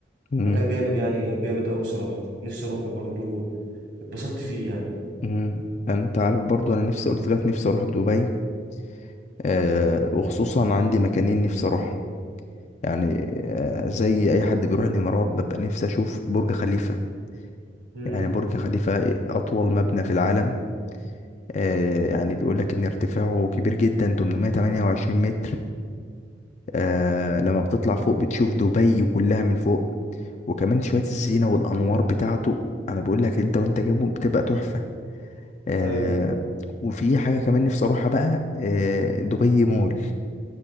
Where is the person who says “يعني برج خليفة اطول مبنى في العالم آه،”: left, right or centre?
Left